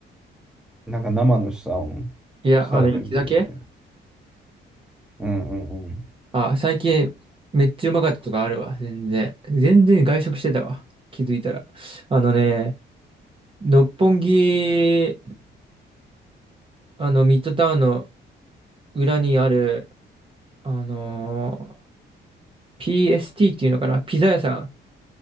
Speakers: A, in the centre; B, on the right.
A: なんか生のサーモン、
B: いや、
A: サラダに入れるみたいな。
B: あの、雪鮭
A: うんうんうん。
B: あ、最近めっちゃうまかったとかあるわ。全然。全然外食してたわ。気づいたら。あのね、六本木、あの、ミッドタウンの裏にある、あのー PST っていうのかなピザ屋さん。